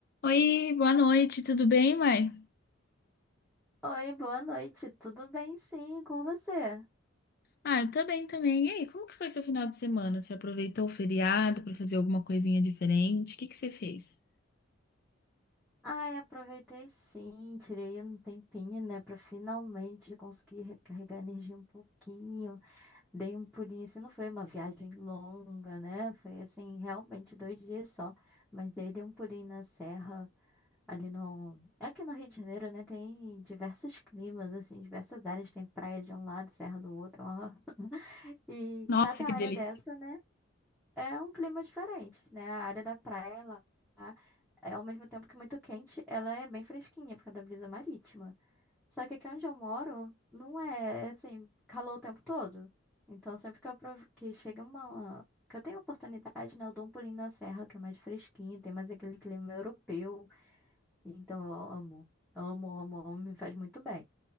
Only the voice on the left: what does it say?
Oi, boa noite, tudo bem, mãe?
Ah, eu tô bem também. E aí, como que foi seu final de semana? Você aproveitou o feriado pra fazer alguma coisinha diferente? O que que você fez?
Nossa,
que
delícia.